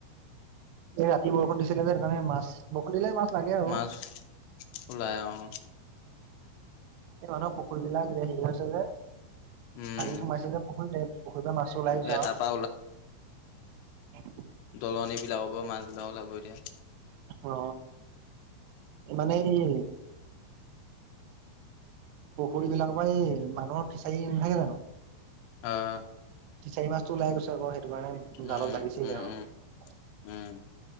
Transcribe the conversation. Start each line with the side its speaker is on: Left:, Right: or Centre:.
Right: এই ৰাতি বৰষুণ দিছিলে যে, সেকাৰণে মাছ, বৰষুণ দিলে মাছ লাগে আৰু
Left: মাছ ওলাই অহ
Right: এই মানুহ পুখুৰী বিলাক হেৰি‌ হৈছে যে
Left: উম
Right: পানী চোমাইছে যে পুখুৰী-পুখুৰীতে মাছো ওলাই গৈছে
Left: এ
Right: আৰু।
Left: তাৰপা
Right: অ
Left: দলন বিলাকৰ পৰা মাছবিলাকও লাগিব এতিয়া।
Right: অ, মানে ই পুখুৰীবলাকৰ পৰা এই মানুহৰ পিচাৰি নাথাকে জানো।
Left: অহ',
Right: ফিচাৰীৰ মাছটো ওলাই গৈছে আকৌ সেইটো কাৰণে
Left: উম
Right: জালত লাগিচিলে
Left: উম
Right: আৰু
Left: উম উম